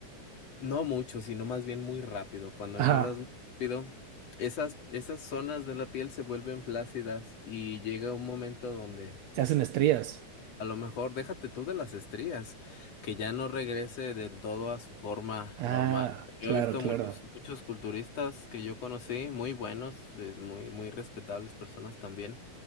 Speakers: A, on the left; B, on the right.
A: no mucho, sino más bien muy rápido, cuando
B: Ajá.
A: engordas muy rápido, esas, esas zonas de la piel se vuelven flácidas y llega un momento donde
B: Se hacen estrías.
A: a lo mejor déjate tú de las estrías, que ya no regrese del todo a su forma
B: Ah,
A: normal. Yo
B: claro,
A: he visto
B: claro.
A: muchos, muchos culturistas que yo conocí, muy buenos, eh, muy, muy respetables personas también,